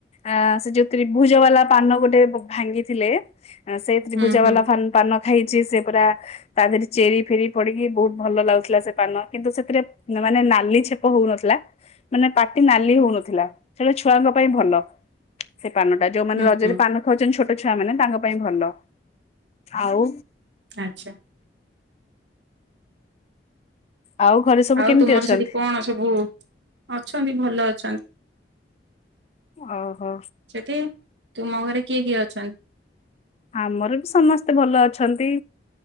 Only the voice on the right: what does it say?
ହୁଁ ହୁଁ
ହୁଁ
ହୁଁ
ଆଚ୍ଛା।
ଆଉ
ତୁମର
ସେଠି କଣ ସବୁ ଅଛନ୍ତି ଭଲ ଅଛନ୍ତି।
ସେଠି ତୁମ ଘରେ କିଏ କିଏ ଅଛନ୍ତି?